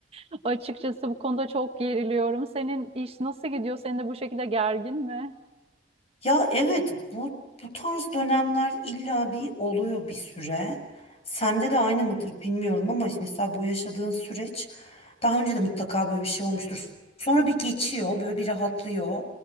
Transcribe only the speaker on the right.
<laughs> Açıkçası bu konuda çok geriliyorum. Senin iş nasıl gidiyor? Senin de bu şekilde gergin mi?